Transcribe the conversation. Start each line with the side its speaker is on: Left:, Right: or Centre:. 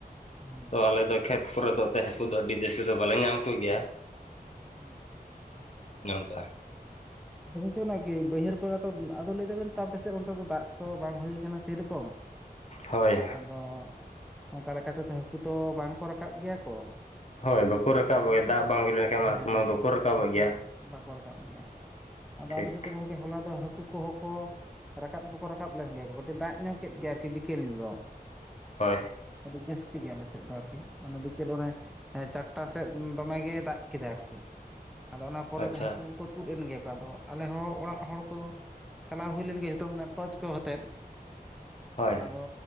Centre: ᱦᱩᱸ
Left: ᱛᱚ ᱟᱞᱮ ᱫᱚ ᱠᱷᱮᱛ ᱠᱚᱨᱮ ᱫᱚ ᱛᱮ ᱦᱟᱹᱠᱩ ᱫᱚ ᱟᱹᱰᱤ ᱡᱟᱹᱥᱛᱤ ᱫᱚ ᱵᱟᱞᱮ ᱧᱟᱢ ᱠᱚᱜᱮᱭᱟ
Centre: ᱦᱩᱸ <unintelligible>
Left: ᱱᱚᱝᱞᱟ
Centre: ᱫᱚᱜᱚᱞ ᱛᱚ ᱚᱱᱟ ᱠᱤ ᱵᱟᱹᱭᱦᱟᱹᱲ ᱠᱚᱨᱮ ᱫᱚ ᱟᱫᱚ ᱞᱟᱹᱭ ᱫᱟᱵᱮᱱ ᱛᱟᱯᱮᱥᱮ ᱚᱱᱛᱮ ᱫᱚ ᱫᱟᱜ ᱛᱚ ᱵᱟᱝ ᱦᱩᱭᱩ ᱠᱟᱱᱟ ᱥᱮᱨᱚᱠᱚᱢ
Left: ᱦᱳᱭ
Centre: ᱟᱫᱚ ᱚᱝᱠᱟ ᱞᱮᱠᱟ ᱛᱮᱫᱚ ᱦᱟᱹᱠᱩ ᱛᱚ ᱵᱟᱝᱠᱚ ᱨᱟᱠᱟᱵ ᱜᱮᱭᱟ ᱠᱚ
Left: ᱦᱳᱭ ᱵᱟᱠᱚ ᱨᱟᱠᱟᱵᱚᱜ
Centre: ᱟᱫᱚ ᱟᱞᱮ
Left: ᱜᱮᱭᱟ
Centre: ᱥᱮᱫ
Left: ᱫᱟᱜ
Centre: ᱫᱚ
Left: ᱵᱟᱝ ᱦᱩᱭ ᱞᱮᱱᱠᱷᱟᱱ ᱢᱟ
Centre: ᱦᱮᱸ
Left: ᱦᱟᱹᱠᱩ ᱢᱟ ᱵᱟᱠᱚ ᱨᱟᱠᱟᱵᱚᱜ
Centre: ᱦᱟᱹᱠᱩ
Left: ᱜᱮᱭᱟ
Centre: ᱵᱟᱠᱚ ᱨᱟᱠᱟᱵ ᱜᱮᱭᱟ ᱟᱫᱚ
Left: ᱴᱷᱤᱠ
Centre: ᱟᱞᱮ ᱥᱮᱫ ᱫᱚ ᱜᱚᱝᱠᱮ ᱦᱚᱞᱟ ᱫᱚ ᱦᱟᱹᱠᱩ ᱠᱚᱦᱚᱸ ᱠᱚ ᱨᱟᱠᱟᱵ ᱫᱚᱠᱚ ᱨᱟᱠᱟᱵ ᱞᱮᱱ ᱜᱮᱭᱟ ᱠᱟᱹᱴᱤᱡ ᱫᱟᱜ ᱧᱚᱜ ᱠᱮᱫ ᱜᱮᱭᱟ ᱟᱨᱠᱤ ᱵᱤᱠᱮᱞ ᱫᱚ
Left: ᱦᱳᱭ
Centre: ᱠᱟᱹᱴᱤᱡ ᱡᱟᱹᱥᱛᱤ ᱜᱮᱭᱟ ᱟᱞᱮ ᱥᱮᱫ ᱫᱚ ᱟᱨᱠᱤ ᱚᱱᱮ ᱵᱤᱠᱮᱞ ᱚᱱᱮ ᱦᱮᱸ ᱪᱟᱨᱴᱟ ᱥᱮᱫ ᱫᱚᱢᱮ ᱜᱮ ᱫᱟᱜ ᱠᱮᱫᱟ ᱟᱨᱠᱤ ᱟᱫᱚ ᱚᱱᱟ ᱯᱚᱨᱮ
Left: ᱟᱪᱪᱷᱟ
Centre: ᱫᱚ ᱦᱟᱹᱠᱩ ᱠᱚᱠᱚ ᱛᱩᱫ ᱮᱱ ᱜᱮᱭᱟ ᱠᱚ ᱟᱫᱚ ᱟᱞᱮᱦᱚᱸ ᱚᱲᱟᱜ ᱦᱚᱲ ᱠᱚᱫᱚ ᱪᱟᱞᱟᱣ ᱦᱩᱭ ᱞᱮᱱ ᱜᱮᱭᱟ ᱡᱚᱛᱚ ᱢᱟᱱᱮ ᱴᱚᱪ ᱠᱚ ᱦᱟᱛᱮᱫ
Left: ᱦᱳᱭ
Centre: ᱛᱚ ᱟᱫᱚ